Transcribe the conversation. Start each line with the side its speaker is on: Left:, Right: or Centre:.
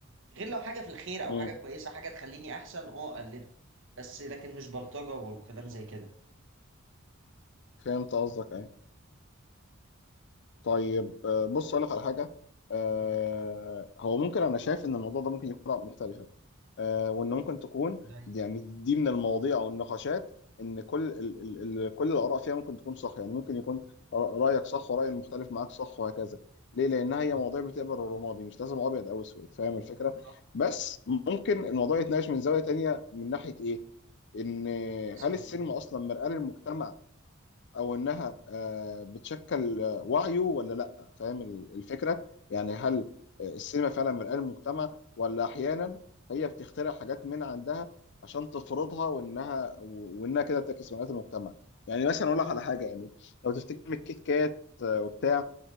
Right: غير لو حاجه في الخير او
Left: مم.
Right: حاجه كويسه حاجه تخليني احسن اه اقلده بس لكن مش بلطجه وكلام
Left: مم.
Right: زي كده
Left: فهمت قصدك ايه طيب آه، بص اقول لك على حاجه آه،
Right: قول لي،
Left: هو ممكن انا شايف ان الموضوع ده ممكن يكون مختلفه آه، وان ممكن تكون
Right: زي
Left: يعني دي من المواضيع او النقاشات ان كل ال ال ال كل الاراء فيها ممكن تكون صح يعني ممكن يكون رأ- رايك صح وراي المختلف معاك صح وهكذا ليه لانها هي
Right: صح
Left: مواضيع بتقبل الرمادي مش لازم ابيض او اسود فاهم الفكره
Right: صح
Left: بس ممكن الموضوع يتناقش من زاويه تانية من ناحيه ايه ان
Right: مثلا
Left: هل السينما
Right: ايه
Left: اصلا مرآة للمجتمع او انها آه، بتشكل آه، وعيه ولا لا فاهم ال- الفكره يعني هل آه، السينما فعلا مرآة المجتمع ولا احيانا هي بتخترع حاجات من عندها عشان تفرضها وانها و- وانها كده بتعكس مرآة المجتمع يعني مثلا اقول لك على حاجه يعني لو تفتكر الكيت كات آه، وبتاع